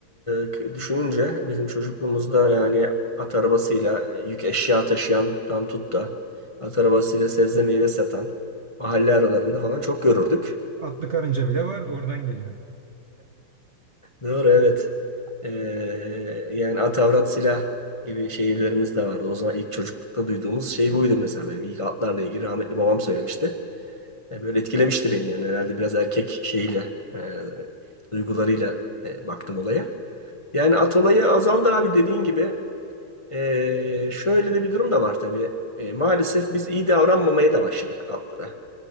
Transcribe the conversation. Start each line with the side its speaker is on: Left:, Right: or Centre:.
Left: e, k- düşününce bizim çocukluğumuzda yani at arabasıyla e, yük eşya taşıyandan tut da at arabasıyla sebze meyve satan mahalle aralarında falan çok görürdük.
Right: Atlı karınca bile vardı oradan geliyor.
Left: Doğru evet. E, yani at avrat silah gibi şeylerimiz de vardı. O zaman ilk çocuklukta duyduğumuz şey buydu mesela benim ilk atlarla ilgili rahmetli babam söylemişti. E, böyle etkilemişti beni yani herhalde biraz erkek şeyiyle e, duygularıyla e, baktım olaya. Yani at olayı azaldı abi dediğin gibi. Ee, şöyle de bir durum da var tabii. Ee, maalesef biz iyi davranmamaya da başladık atlara.